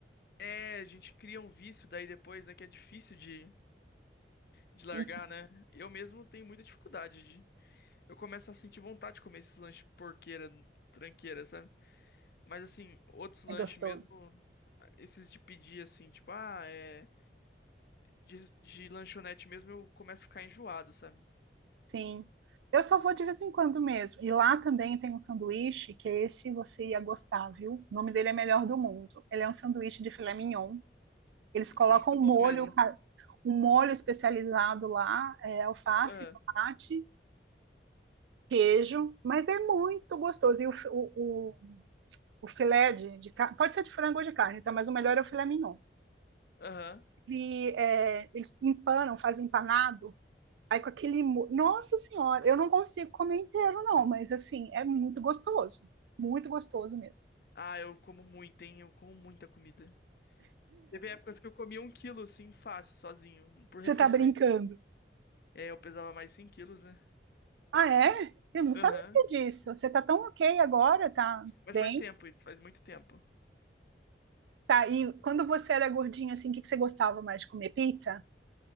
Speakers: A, on the left; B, on the right.
A: É, a gente cria um vício daí depois, né? Que é difícil de, de largar,
B: e
A: né? Eu mesmo tenho muita dificuldade Eu começo a sentir vontade de comer esses lanches porqueira, tranqueira, sabe? Mas assim, outros lanches
B: é gostoso.
A: mesmo, ah, esses de pedir assim, tipo, ah, é. De, de lanchonete mesmo, eu começo a ficar enjoado, sabe?
B: Sim. Eu só vou de vez em quando mesmo. E lá também tem um sanduíche que esse você ia gostar, viu? O nome dele é Melhor do Mundo. Ele é um sanduíche de filé mignon. Eles
A: Tem
B: colocam
A: que ser muito
B: um
A: bom
B: molho,
A: mesmo.
B: ca- um molho especializado lá, é, alface,
A: Ah,
B: tomate, queijo, mas é muito gostoso. E o, fi- o, o, o filé de, de carne, pode ser de frango ou de carne, tá? Mas o melhor é o filé mignon.
A: Aham.
B: E é, eles empanam, fazem empanado Aí com aquele. mo- Nossa Senhora, eu não consigo comer inteiro, não, mas assim, é muito gostoso. Muito gostoso mesmo.
A: Ah, eu como muito, hein? Eu como muita comida. Teve épocas que eu comia um quilo, assim, fácil, sozinho, por
B: Você
A: refeição.
B: tá brincando?
A: É, eu pesava mais 100 quilos, né?
B: Ah, é? Eu não sabia
A: Aham.
B: disso. Você tá tão ok agora, tá
A: Mas
B: bem?
A: faz tempo isso, faz muito tempo.
B: Tá, e quando você era gordinho, assim, o que que você gostava mais de comer? Pizza?